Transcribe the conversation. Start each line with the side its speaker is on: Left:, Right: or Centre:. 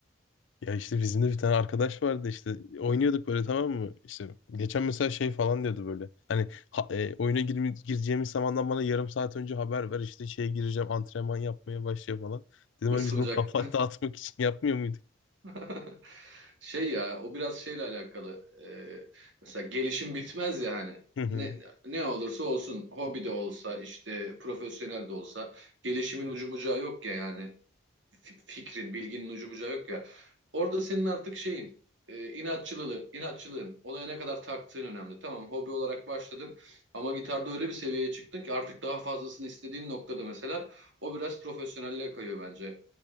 Left: Ya işte bizim de bir tane arkadaş vardı işte oynuyorduk böyle tamam mı? İşte geçen mesela şey falan diyordu böyle. Hani ha- e, oyuna girme, gireceğimiz zamandan bana yarım saat önce haber ver işte şeye gireceğim antrenman yapmaya başlıyor falan. Dedim
Right: Isınacak
Left: hani biz bunu kafa <laughs> dağıtmak için yapmıyor muyduk?
Right: <laughs> Şey ya o biraz şeyle alakalı. Ee, mesela gelişim bitmez ya hani.
Left: Hı hı.
Right: Ne, ne olursa olsun hobi de olsa işte profesyonel de olsa gelişimin ucu bucağı yok ya yani Fi- fikrin bilginin ucu bucağı yok ya. Orada senin artık şeyin e, inatçılığın, inatçılığın olaya ne kadar taktığın önemli. Tamam hobi olarak başladın ama gitarda öyle bir seviyeye çıktın ki artık daha fazlasını istediğin noktada mesela o biraz profesyonelliğe kayıyor bence.